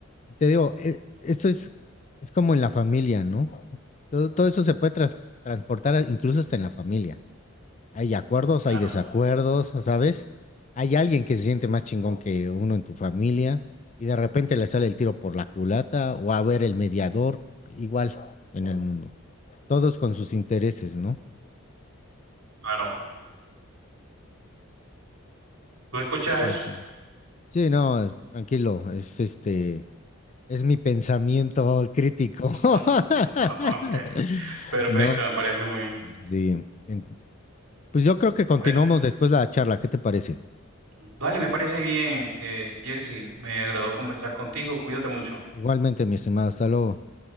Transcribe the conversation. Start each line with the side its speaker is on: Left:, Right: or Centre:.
Left: te digo, e- esto es, es como en la familia, ¿no? Todo, todo eso se puede tras- transportar a- incluso hasta en la familia. Hay acuerdos,
Right: Claro,
Left: hay desacuerdos, ¿sabes? Hay alguien que se siente más chingón que uno en tu familia y de repente le sale el tiro por la culata o a ver el mediador, igual en el mundo. Todos con sus intereses, ¿no?
Right: claro. ¿Tú escuchas
Left: ¿Tú qué
Right: eso?
Left: opinas? Sí, no, es- tranquilo, es este, es mi pensamiento crítico.
Right: <laughs>
Left: <laughs>
Right: Ok, perfecto,
Left: ¿No?
Right: me parece muy bien.
Left: Sí. En- Pues yo creo que continuamos
Right: Bueno,
Left: después la charla, ¿qué te parece?
Right: vale, me parece bien, eh, Jersey, me agradó conversar contigo, cuídate mucho.
Left: Igualmente, mi estimado, hasta luego.